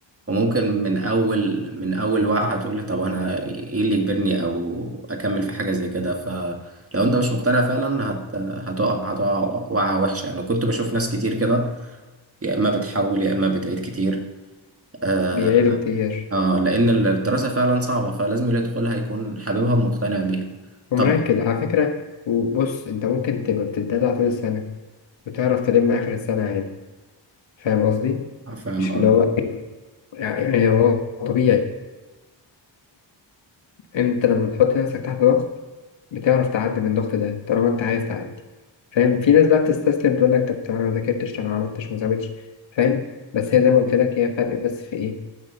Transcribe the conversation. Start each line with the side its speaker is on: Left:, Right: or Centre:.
Right: وممكن من اول من اول وقعه هتقول طب انا ايه اللي يجبرني او اكمل في حاجه زي كده فلو انت مش مقتنع فعلا هت هتقع هتقع وقعه وحشه يعني كنت بشوف ناس كتير كده يا اما بتحول يا اما بتعيد كتير آه،
Left: بيعيدوا كتير
Right: اه لان الدراسه فعلا صعبه فلازم اللي يدخلها يكون حاببها ومقتنع بيها
Left: ومركز
Right: طبعا
Left: على فكرة وبص أنت ممكن تبقى بتتدلع طول السنة وتعرف تلم آخر السنة عادي فاهم قصدي؟
Right: فاهم
Left: مش
Right: قصدي
Left: اللي هو يعني هو طبيعي أنت لما بتحط نفسك تحت ضغط بتعرف تعدي من الضغط ده طالما أنت عايز تعدي فاهم؟ في ناس بقى بتستسلم تقول لك طب طب أنا ما ذاكرتش طب أنا ما عملتش ما سويتش فاهم؟ بس هي زي ما قلت لك هي فرق بس في إيه؟